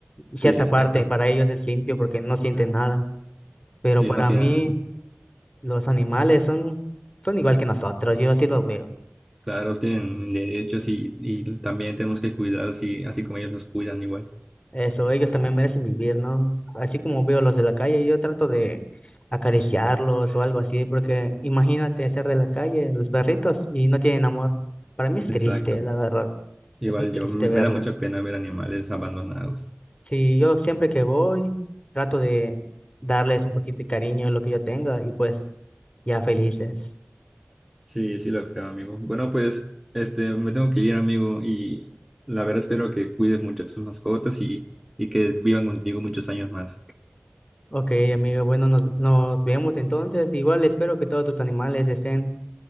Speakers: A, on the left; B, in the centre.
A: Y Cierta
B: Sí, exacto.
A: parte para ellos es limpio porque no sienten nada, pero
B: Sí,
A: para
B: no tienen
A: mí los animales son, son igual que nosotros, yo así lo veo.
B: Claro, tienen derechos y, y también tenemos que cuidarlos así, así como ellos nos cuidan igual.
A: Eso, ellos también merecen vivir, ¿no? Así como veo los de la calle, yo trato de acariciarlos o algo así, porque imagínate ser de la calle, los perritos, y no tienen amor. Para mí es
B: Exacto.
A: triste, la verdad.
B: Igual
A: Es muy triste
B: yo, me,
A: verlos.
B: me da mucha pena ver animales abandonados.
A: Sí, yo siempre que voy, trato de darles un poquito de cariño en lo que yo tenga y pues ya felices.
B: Sí, sí lo creo, amigo. Bueno, pues, este, me tengo que ir, amigo, y la verdad espero que cuides mucho a tus mascotas y, y que vivan contigo muchos años más.
A: Ok, amigo, bueno, nos, nos vemos entonces. Igual espero que todos tus animales estén